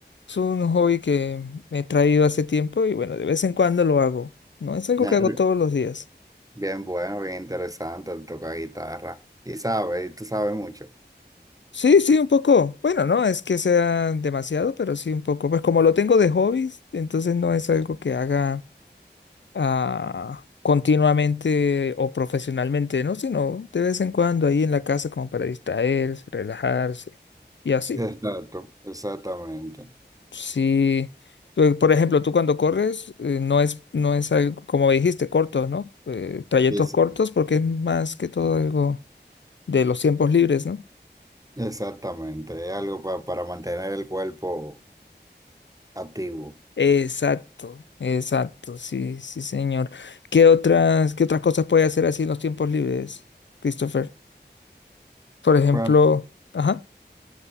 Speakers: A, on the left; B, on the right.
A: Es un hobby que me he traído hace tiempo y bueno, de vez en cuando lo hago. No es algo
B: Ya,
A: que hago
B: Bien
A: todos los días.
B: bien bueno, bien interesante, toca guitarra. Y sabe y tú sabes mucho.
A: Sí, sí, un poco. Bueno, no es que sea demasiado, pero sí un poco. Pues como lo tengo de hobby, entonces no es algo que haga ah, continuamente o profesionalmente, ¿no? Sino de vez en cuando ahí en la casa como para distraerse, relajarse y así.
B: Exacto, exactamente.
A: Sí, eh, por ejemplo, tú cuando corres eh, no es, no es algo, como dijiste, cortos, ¿no? Eh, trayectos
B: sí sí.
A: cortos porque es más que todo algo de los tiempos libres, ¿no?
B: Exactamente, es algo pa- para mantener el cuerpo activo.
A: Exacto, exacto, sí, sí, señor. ¿Qué otras, qué otras cosas puede hacer así en los tiempos libres, Christopher? Por ejemplo,
B: Bueno,
A: ajá.